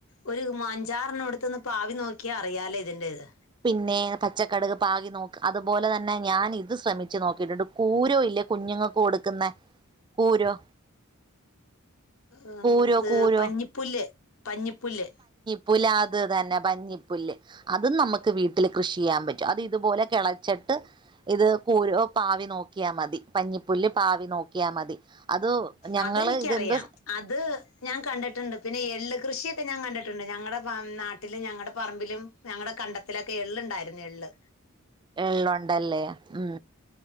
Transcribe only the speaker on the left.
ഒര് മ അഞ്ചാറെണ്ണം എടുത്തൊന്ന് പാവി നോക്കിയാ അറിയാലേ ഇതിന്റേ ഇത്
ആ
അത്
പഞ്ഞിപ്പുല്ല് പഞ്ഞിപ്പുല്ല്
അതെനിക്കറിയാം
അത് ഞാൻ കണ്ടിട്ടുണ്ട് പിന്നെ എള്ള് കൃഷിയൊ ക്കെ ഞാൻ കണ്ടിട്ടുണ്ട് ഞങ്ങടെ പം നാട്ടിലും ഞങ്ങളുടെ പറമ്പിലും ഞങ്ങടെ കണ്ടത്തിലൊക്കെ എള്ള് ഇണ്ടായിരുന്നു എള്ള്